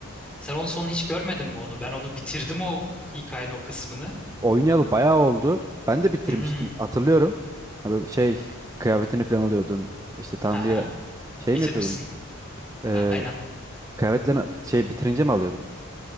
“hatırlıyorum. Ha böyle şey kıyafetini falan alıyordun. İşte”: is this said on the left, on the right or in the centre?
Right